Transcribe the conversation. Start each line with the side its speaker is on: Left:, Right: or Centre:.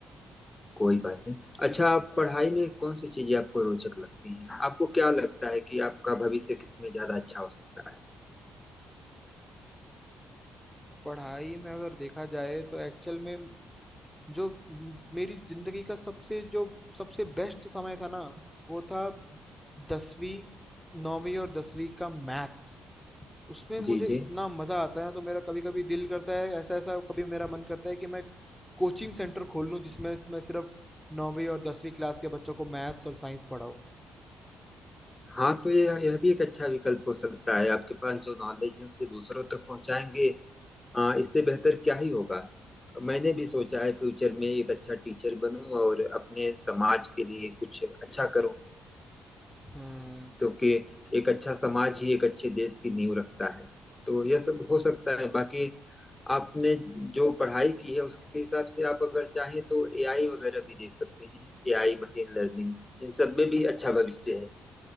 Left: कोई बात नहीं अच्छा आप पढ़ाई में कौन सी चीजें आपको रोचक लगती हैं आपको क्या लगता है कि आपका भविष्य किसमें ज्यादा अच्छा हो सकता है
Centre: पढ़ाई में अगर देखा जाए तो एक्चुअल में जो म- मेरी जिंदगी का सबसे जो सबसे बेस्ट समय था ना वो था दसवीं, 9वीं और 10वीं का मैथ्स उसमें
Left: जी
Centre: मुझे
Left: जी
Centre: इतना मज़ा आता है ना तो मेरा कभी-कभी दिल करता है ऐसा ऐसा कभी मेरा मन करता है कि मैं एक कोचिंग सेंटर खोल लूँ जिसमें मैं सिर्फ 9वीं और 10वीं क्लास के बच्चों को मैथ्स और साइंस पढ़ाऊँ
Left: हाँ तो ये यह भी एक अच्छा विकल्प हो सकता है आपके पास जो नॉलेज है उसे दूसरों तक पहुंचाएंगे हाँ इससे बेहतर क्या ही होगा मैंने भी सोचा है फ्यूचर में एक अच्छा टीचर बनूं और अपने समाज के लिए कुछ अच्छा करूं
Centre: हम्म
Left: क्योंकि एक अच्छा समाज ही एक अच्छे देश की नींव रखता है तो यह सब हो सकता है बाकी आपने जो पढ़ाई की है उसके हिसाब से आप अगर चाहें तो एआई वगैरह भी देख सकते हैं एआई मशीन लर्निंग इन सब में भी अच्छा भविष्य है